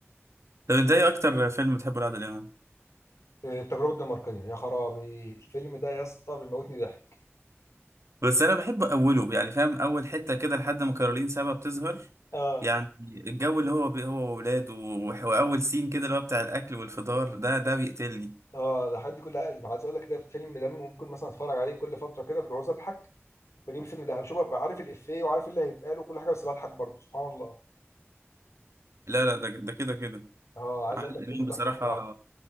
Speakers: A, on the right; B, on the left.
A: طب أنت إيه أكتر فيلم بتحبه لعادل إمام؟
B: إيه، التجربة الدنماركية يا خرابي الفيلم ده يا اسطى بيموتني ضحك
A: بس أنا بحب أوله يعني فاهم أول حتة كده لحد ما كارولين سابا بتظهر
B: اه
A: يعني الجو اللي هو بي هو وولاده وح- وأول سين كده اللي هو بتاع الأكل والفطار ده ده بيقتلني
B: اه لحد كل عايز اقول لك كده الفيلم ده ممكن مثلا اتفرج عليه كل فترة كده بتعوز اضحك بجيب الفيلم ده شوف ببقى عارف الافيه وعارف إيه اللي هيتقال وكل حاجة بس بضحك برضه سبحان الله
A: لا لا ده ده كده كده
B: اه عايز
A: عادل
B: اقول لك فيلم
A: إمام
B: تحفة
A: بصراحة
B: بصراحة